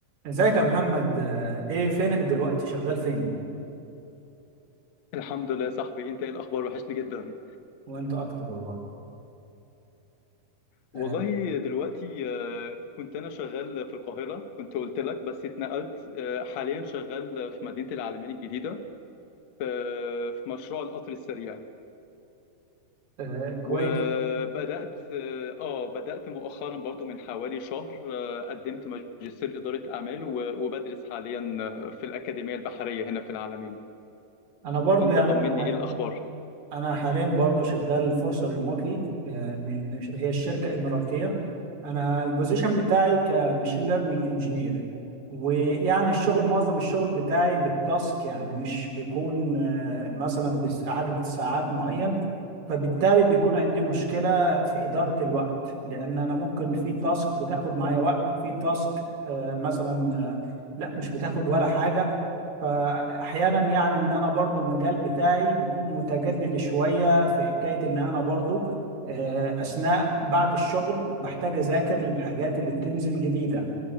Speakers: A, on the right; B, on the left.
A: ازيك يا محمد آه، ايه فينك دلوقتي شغال فين
B: الحمد لله يا صاحبي انت ايه الاخبار وحشني جدا
A: وانت اكتر والله
B: والله
A: آه
B: دلوقتي آه، كنت انا شغال في القاهره كنت قلت لك بس اتنقلت آه، حاليا شغال في مدينه العلمين الجديده آه، في مشروع القطر السريع
A: آه كويس
B: وبدات اه آه، بدات مؤخرا برضو من حوالي شهر آه، قدمت ماجستير اداره اعمال و- وبدرس حاليا آه، في الاكاديميه البحريه هنا في العلمين
A: انا برضو
B: انت
A: يعني
B: طمني
A: انا حاليا
B: ايه الاخبار
A: انا حاليا برضو شغال فرصه ريموتلي من هي الشركه اماراتيه انا البوزيشن بتاعي كماشين ليرنينج انجينير ويعني الشغل معظم الشغل بتاعي بالتاسك يعني مش بيكون آه، مثلا بعدد ساعات معين فبالتالي بيكون عندي مشكله في اداره الوقت لان انا ممكن في تاسك بتاخد معايا وقت وفي تاسك آه، مثلا آه، لا مش بتاخد ولا حاجه فاحيانا يعني ان انا برضو المجال بتاعي بيكون متجدد شوية في حكاية ان انا برضو آه، اثناء بعد الشغل بحتاج اذاكر للحاجات اللي بتنزل جديدة